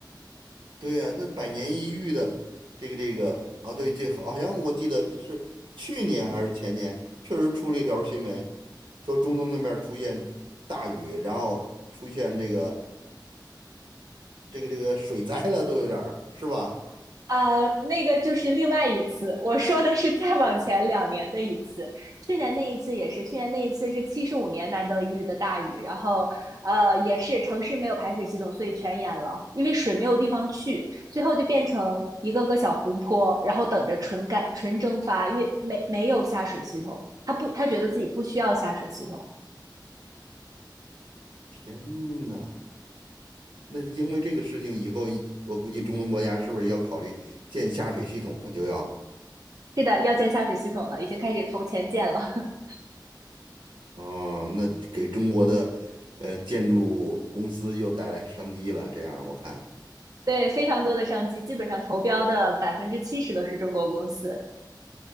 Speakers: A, on the right (about 80°); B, on the right (about 50°).
A: 对呀，那百年一遇的这个这个啊，对，这好像我记得是去年还是前年，确实出了一条新闻，说中东那边儿出现大雨，然后出现这个这个这个水灾了，都有点儿是吧？
B: 呃，那个就是另外一次，我说的是再往前两年的一次。去年那一次也是，去年那一次是七十五年难得一遇的大雨，然后呃也是城市没有排水系统，所以全淹了，因为水没有地方去，最后就变成一个个小湖泊，然后等着纯干纯蒸发，因为没没有下水系统，他不他觉得自己不需要下水系统。
A: 天呐，那因为这个事情以后，我估计中东国家是不是要考虑建下水系统了？就要
B: 是的，要建下水系统了，已经开始投钱建了。<laughs>
A: 哦，那给中国的呃建筑公司又带来商机了。这样我看，
B: 对，非常多的商机，基本上投标的百分之七十都是中国公司。